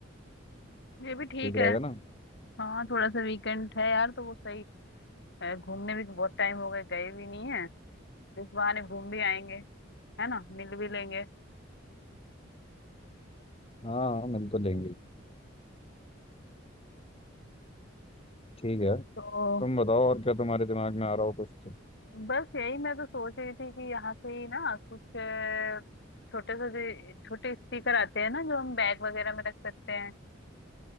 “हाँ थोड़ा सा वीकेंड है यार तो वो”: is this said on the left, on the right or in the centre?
Left